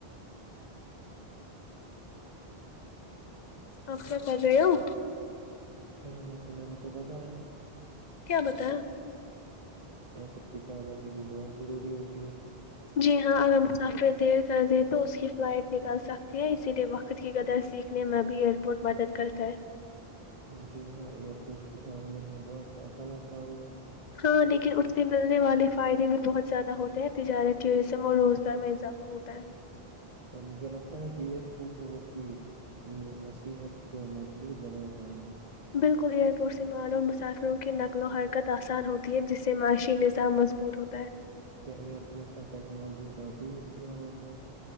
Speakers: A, on the right (about 40°); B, on the left (about 55°).
A: <inaudible>
B: آپ کیا کر رہے ہو
A: کیا میں تو میں نے تو بتایا
B: کیا بتایا
A: وقت کی پابندی بھی بہت ضروری ہوتی ہے
B: جی ہاں اگر مسافر دیر کر دیں تو اس کی فلائٹ نکل سکتی ہے اسی لیے وقت خود کی قدر سیکھنے میں بھی ایئ بہٹ مدد کرتا ہے
A: جی ہاں ایئرپورٹ کی تعمیر میں بہت پیسہ لگتا ہوگا
B: ہاں لیکن اس سے ملنے والے فائدے بھی بہت زیادہ ہوتے ہیں تجارت ٹیوریزم اور روز گر میں اضافہ ہوتا ہے
A: مجھے لگتا ہے کہ ائرپورٹ منگوگ کہ مصیحت کو مضبوط بناتا ہے
B: بالکل ایئرپورٹ سے مال اور مسافروں کی نقل و حرکت آسان ہوتی ہے جس سے معاشی نظام مضبوط ہوتا ہے <inaudible>
A: کیا ایئر پورٹ پر ٹیکنالوجی کا بھی استعمال ہوتا ہے